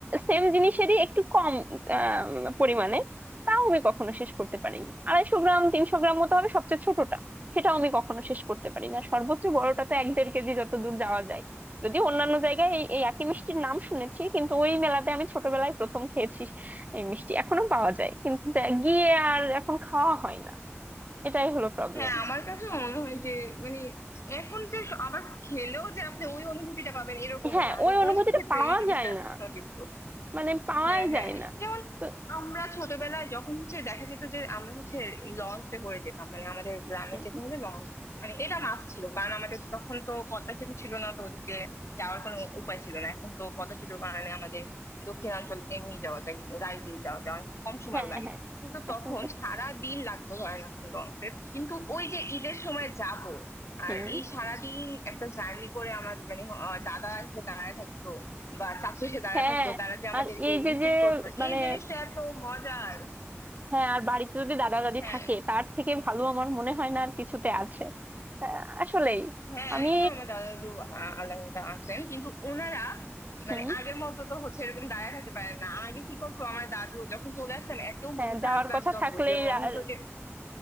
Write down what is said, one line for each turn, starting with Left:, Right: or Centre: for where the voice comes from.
Right: সেম জিনিসেরই একটু কম আহ, পরিমাণে তাও আমি কখনো শেষ করতে পারিনি আড়াইশো গ্রাম তিনশো গ্রাম মতো হবে সবচেয়ে ছোটটা সেটাও আমি কখনো শেষ করতে পারি না সর্বোচ্চ বড়টা তো এক দেড় কেজি যত দূর যাওয়া যায় যদিও অন্যান্য জায়গায় এই এই একই মিষ্টির নাম শুনেছি কিন্তু ওই মেলাতে আমি ছোটবেলায় প্রথম খেয়েছি এই মিষ্টি এখনো পাওয়া যায় কিন্তু যা- গিয়ে আর এখন খাওয়া হয় না এটাই হলো প্রবলেম
Left: হ্যাঁ আমার কাছেও মনে হয় যে মানে এখন যে স- আবার খেলেও যে আপনি ওই অনুভূতিটা পাবেন এরকমও
Right: হ্যাঁ
Left: না আমি
Right: ওই অনুভূতিটা
Left: অনেক ক্ষেত্রে
Right: পাওয়া
Left: এই জিনিসটা
Right: যায় না
Left: নোটিস করি
Right: মানে পাওয়াই
Left: হ্যাঁ হ্যাঁ
Right: যায় না
Left: যেমন
Right: তো
Left: আমরা ছোটবেলায় যখন হচ্ছে দেখা যেত যে আমরা হচ্ছে লঞ্চে করে যেতাম মানে আমাদের গ্রামে
Right: হুম,
Left: যেতে হলে লঞ্চ মানে এটা মাস ছিল কারণ আমাদের তখন তো পদ্মা সেতু ছিল না তো ওদিকে যাওয়ার কোনো উপায় ছিল না এখন তো পদ্মা সেতুর কারণে আমাদের দক্ষিণাঞ্চল এমনি যাওয়া যায় গাড়ি দিয়ে যাওয়া যায় অনেক কম সময়ও
Right: হ্যাঁ
Left: লাগে
Right: হ্যাঁ
Left: কিন্তু
Right: এখন
Left: তখন
Right: তো কম।
Left: সারা দিন লাগতো ধরেন আপনি লঞ্চে কিন্তু ওই যে ঈদের সময় যাব আর
Right: হুম
Left: এই সারাদিন একটা জার্নি করে আমার মানে আহ, দাদা এসে দাঁড়ায় থাকতো বা চাকু এসে দাঁড়া
Right: হ্যাঁ
Left: থাকতো তারা যে আমাদেরকে
Right: আর এই যে
Left: রিসিভ
Right: যে
Left: করতো
Right: মানে
Left: এই জিনিসটা এত মজার
Right: হ্যাঁ আর বাড়িতে যদি দাদা দাদি
Left: হ্যাঁ
Right: থাকে তার থেকে ভালো আমার মনে হয় না আর কিছুতে আছে আহ, আসলেই
Left: হ্যাঁ
Right: আমি
Left: এখনো আমার দাদা দাদু আ- আল্লাহ তাআলা আছেন কিন্তু ওনারা মানে
Right: হুম
Left: আগের মতো তো হচ্ছে এরকম দাঁড়ায় থাকতে পারে না আগে কি করতো আমার দাদু যখন চলে আসতেন এত
Right: হ্যাঁ
Left: মন খারাপ
Right: যাওয়ার
Left: লাগতো
Right: কথা
Left: আপু
Right: থাকলেই
Left: যে মনে
Right: আর
Left: হতো যে